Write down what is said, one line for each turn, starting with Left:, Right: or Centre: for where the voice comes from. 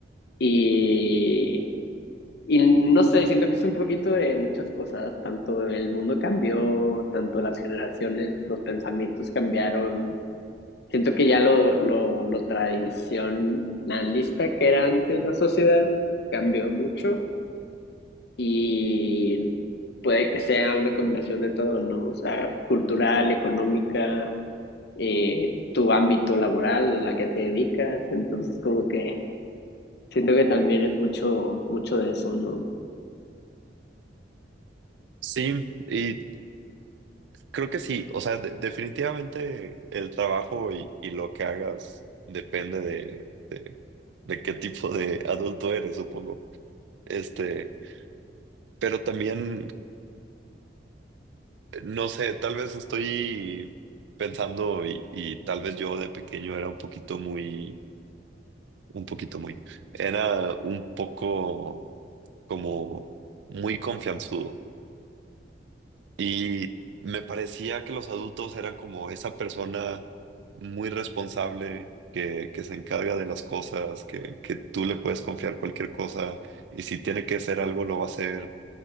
Left: Y, y no sé, siento que es un poquito de muchas cosas, tanto el mundo cambió, tanto las generaciones, los pensamientos cambiaron Siento que ya lo, lo, lo tradicionalista que era antes la sociedad cambió mucho y puede que sea una combinación de todo, ¿no? O sea, cultural, económica, eh, tu ámbito laboral, a qué te dedicas. Entonces, como que siento que también es mucho, mucho de eso, ¿no?
Right: Sí, y creo que sí, o sea, de- definitivamente el trabajo y, y lo que hagas depende de qué tipo de adulto eres, supongo. Este, pero también, no sé, tal vez estoy pensando y, y tal vez yo de pequeño era un poquito muy, un poquito muy, era un poco como muy confianzudo y me parecía que los adultos eran como esa persona muy responsable. Que, que se encarga de las cosas, que, que tú le puedes confiar cualquier cosa y si tiene que hacer algo lo va a hacer